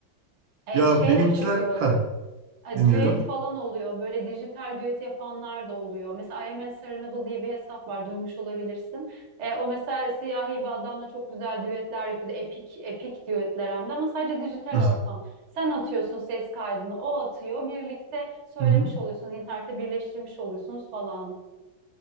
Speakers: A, on the right (about 50°); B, on the right (about 75°).
A: Evet,
B: Ya
A: şey
B: benimkiler
A: de çok iyi oluyor
B: ha
A: e,
B: dinliyorum.
A: düet falan oluyor. Böyle dijital düet yapanlar da oluyor. Mesela I Am Unserenable diye bir hesap var. Duymuş olabilirsin. E, o mesela siyahi bir adamla çok güzel düetler yapıyordu. Epik, epik düetler hem de ama sadece dijital
B: <laughs> Hı
A: ortam. Sen atıyorsun ses kaydını, o atıyor. Birlikte söylemiş
B: hı.
A: oluyorsunuz. internette birleştirmiş oluyorsunuz falan.